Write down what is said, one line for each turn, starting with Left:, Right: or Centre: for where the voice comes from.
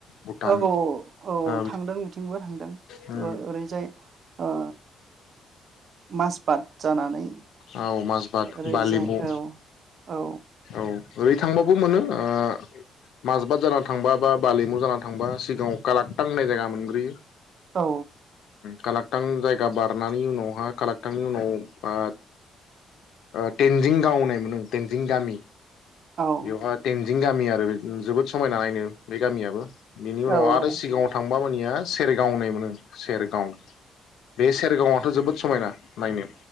Left: भुटान
Right: ओग' औ
Left: ओ
Right: थांदों बिथिंबो थांदों
Left: उम
Right: ओरैजाय ओ मास बाद जानानै
Left: औ माजबाद
Right: ओरैजाय
Left: बालिमु
Right: औ औ
Left: औ ओरै थांबाबो मोनो ओ माजबाद जाना थांबा बा बालिमु जाना थांबा सिगाङाव कालाक्टां होननाय जायगा मोनग्रोयो।
Right: औ
Left: कालाक्टां जायगा बारनायनै उनावहा कालाक्टांनि उनाव बा ओ टेनजिं गाव होननाय मोनो टेनजिं गामि
Right: औ
Left: इयावहा तेन बिं गामि आरो जोबोद समायना नायनो बे गामियाबो बिनि उनाव
Right: औ
Left: आरो सिगाङाव थां बामानिया सेरगाव होननाय मोनो सेरगाव बे सेरगावआथ' जोबोद समायना नायनो